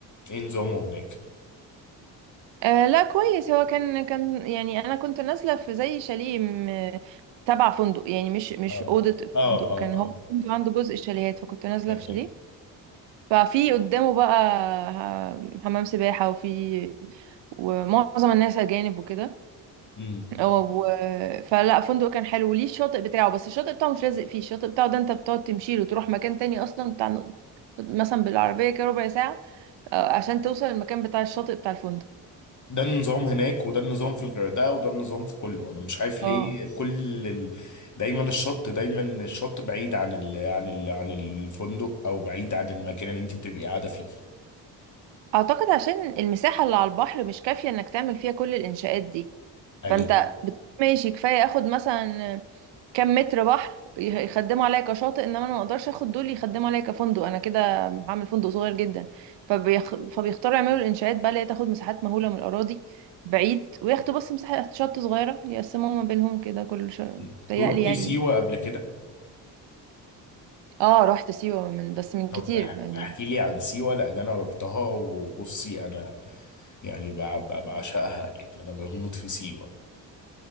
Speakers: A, on the left (about 35°); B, on the right (about 60°).
A: ايه نظامه هناك
B: آه لا كويس هو كان كان يعني انا كنت نازله في زي شاليه م- تبع فندق يعني مش مش
A: اه
B: اوضه فندق
A: اه اه
B: كان
A: اه
B: هو الفندق عنده جزء شاليهات فكنت نازله
A: تمام
B: في شاليه ففي قدامه بقى ه- حمام سباحه وفي ومعظم الناس اجانب وكده
A: مم.
B: و... فلا فندق كان حلو وليه الشاطئ بتاعه بس الشاطئ بتاعه مش لازق فيه الشاطئ بتاعه ده انت بتقعد تمشي له تروح مكان تاني اصلا بتاع مثلا بالعربيه كده ربع ساعه آه، عشان توصل المكان بتاع الشاطئ بتاع الفندق
A: ده النظام هناك وده النظام في الغردقه وده النظام في كله انا مش عارف ليه
B: اه
A: كل ال... دايما الشط دايما الشط بعيد عن ال... عن ال... عن الفندق او بعيد عن المكان اللي انت بتبقي قاعده فيه
B: اعتقد عشان المساحة اللي على البحر مش كافية انك تعمل فيها كل الانشاءات دي
A: ايوه
B: فانت بت- ماشي كفاية اخد مثلا كم متر بحر يخ- يخدموا عليا كشاطئ انما انا ما اقدرش اخد دول يخدموا عليا كفندق انا كده هعمل فندق صغير جدا فبيخ... فبيختاروا يعملوا الانشاءات بقى اللي هي تاخد مساحات مهولة من الاراضي بعيد وياخدوا بس مساحة شط صغيرة يقسموها ما بينهم كده كل شيء
A: مم.
B: بيتهيألي
A: رحتي
B: يعني
A: سيوه قبل كده
B: اه رحت سيوة من بس من
A: طب
B: كتير يعني
A: احكي لي عن سيوه لان انا رحتها وبصي انا يعني بع- بع- بعشقها يعني انا بموت في سيوه